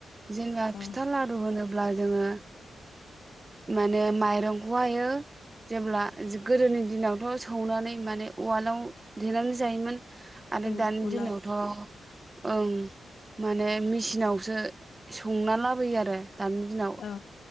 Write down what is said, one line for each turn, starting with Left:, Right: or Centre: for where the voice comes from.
Right: जेनेबा
Left: औ
Right: फिथा लारु होनोब अब्ला जोङो माने माइरंखौहायो जेब्ला जो गोदोनि दिनावथ' सौनानै माने उवालाव देनानै जायोमोन। आरो
Left: औ
Right: दानि
Left: उलार
Right: दिनावथ' ओं माने मेचिनावसो संना लाबोयो आरो। दानि दिनाव
Left: औ